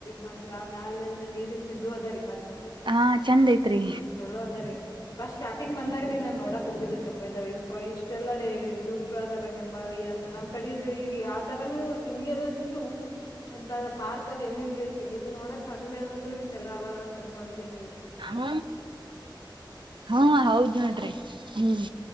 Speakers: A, on the left; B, on the right.
A: ಬಂದ್ರ ಮ್ಯಾಲಿಂದ ನೀರಿಂದ ಇದದು ಅದ ರೀ ಮತ್ತೆ
B: ಹಾ ಚಂದ ಐತ್ರಿ
A: <unintelligible> ಚಲೋ ಅದ ರೀ ಫಸ್ಟ್ ಸ್ಟಾರ್ಟಿಂಗ್ ಬಂದಾಗ್ರಿ ನನ್ ನೋಡಕ್ ಹೋಗಿದ್ದು ಕೆ ಇ ಇಷ್ಟೆಲ್ಲ ೇ ಇದುಂಪ ಅದಲ್ಲ ಕೆಂಂಬಾವಿ ಅಂತ ನಮ್ ಕಡೆ ಆ ತರನು ಸಿಿಂದಗಲ್ಲಂದ್ರುನು ಅಂತದ ಪಾರ್ಕ್ ಅದ ಏನು ಇಲಲ್ರಿ ಇದು ನೋಡಕ್ ಸಣ್ಣದೇವ ಅಂದ್ರರು ಇಷ್ಟ ಎಲ್ಲ ಅವಾರ ಅನ್ಕೊಂಡಿದೇನ್ ರೀ
B: ಹ್ಮ ಹ್ಮ ಹೌದ್ ನೋಡ್ರಿ ಹ್ಮ್